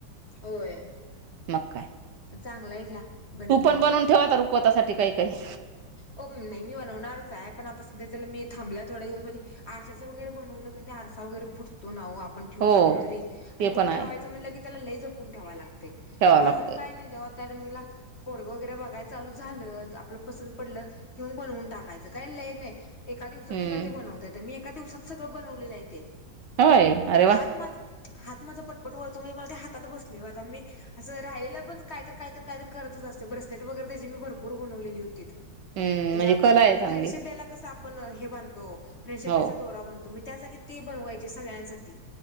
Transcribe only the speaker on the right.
मक्का.
तू पण बनवून ठेवाता रुकवतासाठी काही काही.
हो
ते
पण आहे
ठेवावं
लागतंय
हम्म
होय. अरे
वा.
हं
कला आहे चांगली.
हो.